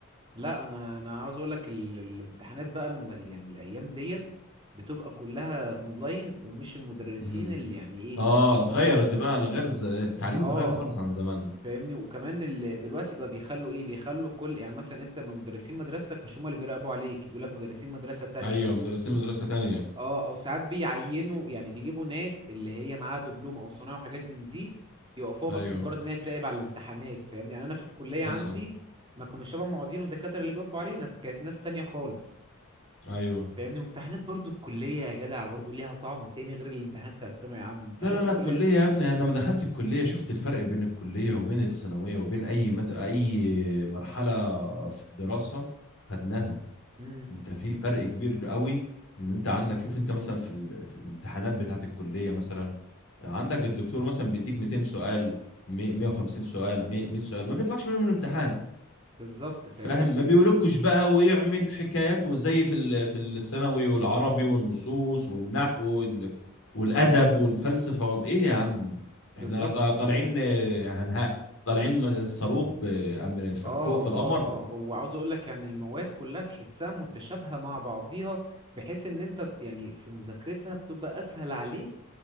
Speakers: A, on the right; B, on the left.
A: لا انا انا عاوز اقول لك ال... الامتحانات بقى الم... يعني الايام ديت بتبقى كلها اونلاين ومش المدرسين
B: مم.
A: اللي يعني ايه
B: اه اتغيرت بقى لغير ز... التعليم
A: اه
B: اتغير خالص عن زمان
A: فاهمني وكمان اللي دلوقتي بقى بيخلوا ايه بيخلوا كل يعني مثلا انت من مدرسين مدرستك مش هم اللي بيراقبوا عليك يقول لك مدرسين مدرسة تانية
B: ايوه مدرسين مدرسة تانية
A: اه او ساعات بيعينوا يعني بيجيبوا ناس اللي هي معاها دبلوم او صنايع وحاجات من دي يوقفوها
B: ايوه
A: بس مجرد ان هي تراقب على الامتحانات فاهم يعني انا في الكليه
B: حسن
A: عندي ما كانوا شبه معيدين ودكاتره اللي بيقفوا علينا فكانت ناس تانية خالص
B: ايوه
A: فاهمني وامتحانات برضو الكليه يا جدع برضو ليها طعم تاني غير الامتحانات بتاعت الثانوي يا عم امتحانات
B: لا لا لا
A: الكليه
B: الكلية يا ابني أنا لما دخلت الكلية شفت الفرق بين الكلية وبين الثانوية وبين أي مد... أي مرحلة في الدراسة خدناها
A: امم
B: أنت في فرق كبير قوي إن أنت عندك شوف أنت مثلا في ال... في الامتحانات بتاعة الكلية مثلا عندك الدكتور مثلا بيديك 200 سؤال مي- 150 سؤال مي- 100 سؤال ما بيطلعش منهم الامتحان
A: بالظبط فاهمني
B: فاهم ما بيقولكش بقى ويعمل حكايات وزي في ال- في الثانوي والعربي والنصوص والنحو وال... والادب
A: اه
B: والفلسفه وال... ايه يا عم
A: بالظبط
B: احنا طا-
A: فاهمني
B: طالعين هنها طالعين من الصاروخ بأمر... ف-
A: اه
B: فوق في
A: اه
B: القمر
A: اه وعاوز اقول لك يعني المواد كلها تحسها متشابهة مع بعضيها بحيث ان انت يعني في مذاكرتها بتبقى اسهل عليك